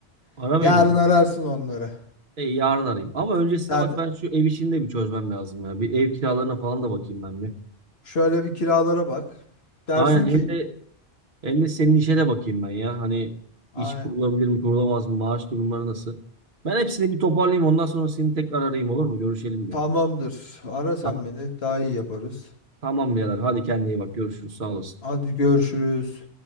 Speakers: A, on the left; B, on the right.
A: <laughs>
B: Aramayayım
A: Yarın
B: mı?
A: ararsın onları.
B: E, yarın arayayım. Ama öncesinde
A: Zaten
B: bak ben şu ev işini de bir çözmem lazım ya. Bir ev kiralarına falan da bakayım ben bir.
A: şöyle bir kiralara bak. Dersin
B: Aynen hem
A: ki
B: de Hem de senin işe de bakayım ben ya. Hani
A: "Ay,
B: iş kurulabilir mi, kurulamaz mı, maaş durumları nasıl? Ben hepsini bir toparlayayım ondan sonra seni tekrar arayayım olur mu? Görüşelim bir.
A: tamamdır. Ara sen
B: Tamam.
A: beni. Daha iyi yaparız.
B: Tamam birader. Hadi kendine iyi bak. Görüşürüz. Sağ olasın.
A: Hadi görüşürüz.